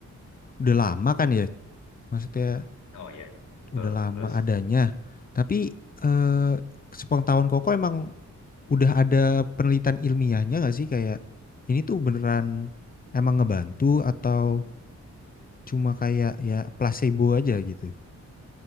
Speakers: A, on the left (about 30°); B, on the left (about 75°).
A: udah lama kan ya? Maksudnya
B: Oh iya. Betul.
A: udah lama
B: Terus?
A: adanya. Tapi eh, sepengetahuan Koko emang udah ada penelitian ilmiahnya nggak sih kayak ini tuh beneran emang ngebantu atau cuma kayak ya placebo aja gitu?